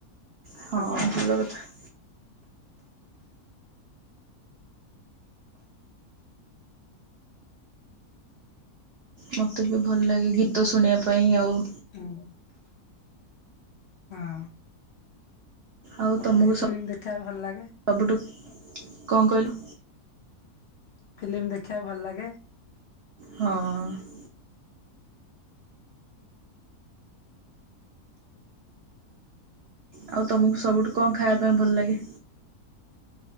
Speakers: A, on the right; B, on the left.
A: ହଁ
B: ସବୁ ଆଉ।
A: ଭଲ କଥା। ମୋତେ ବି ଭଲ ଲାଗେ ଗୀତ ଶୁଣିଆ ପାଇଁ ଆଉ
B: ହଁ ହଁ
A: ଆଉ
B: ମତେ
A: ତମକୁ
B: ଟିକେ ଫିଲିମ ଦେଖିଆ ଭଲ ଲାଗେ।
A: ସବୁଠୁ କଁ କଇଲୁ?
B: ଫିଲ୍ମ ଦେଖିବାକୁ ଭଲ ଲାଗେ।
A: ହଁ ଅଁ ଆଉ ତମୁକୁ ସବୁଠୁ କଁ ଖାଇଆ ପାଇଁ ଭଲ ଲାଗେ?